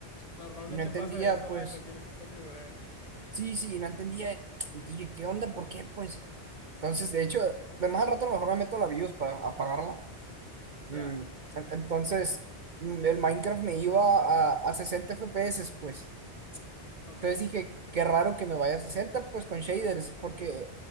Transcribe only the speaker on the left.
Normalmente
pasa eso,
ay, lo tienes que configurar.
Ya.
Ok.